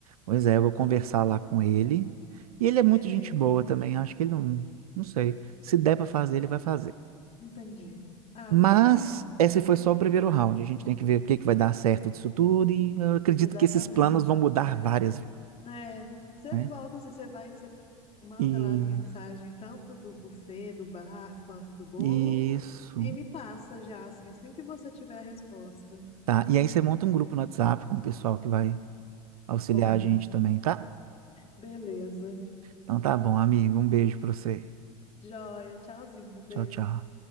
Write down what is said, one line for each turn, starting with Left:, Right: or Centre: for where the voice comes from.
Right: pois é, eu vou conversar lá com ele. E ele é muito
Left: Beleza,
Right: gente boa
Left: beleza.
Right: também, acho que ele não, não sei. Se der para fazer, ele vai fazer.
Left: Entendi. Ah,
Right: Mas
Left: legal.
Right: esse foi só o primeiro round. A gente tem que ver o que que vai dar certo disso tudo e eu acredito
Left: Exatamente.
Right: que esses planos vão mudar várias vezes,
Left: É, você
Right: né?
Left: volta, assim, você vai, você manda
Right: E
Left: lá as mensagens, tanto do buffet, do bar, quanto do bolo,
Right: isso.
Left: e me passa já, assim, assim que você tiver a resposta.
Right: Tá. E aí você monta um grupo no WhatsApp com o pessoal que vai auxiliar
Left: Vou montar.
Right: a gente também, tá?
Left: Beleza.
Right: Então tá bom, amigo. Um beijo pra você.
Left: Joia, tchauzinho, beijo.
Right: Tchau, tchau.